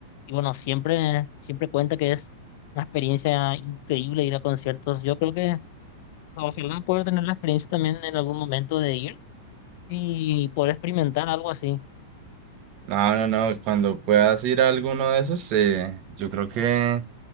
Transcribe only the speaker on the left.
Y bueno, siempre, siempre cuenta que es una experiencia increíble ir a conciertos. Yo creo que ojalá poder tener la experiencia también en algún momento de ir y poder experimentar algo así.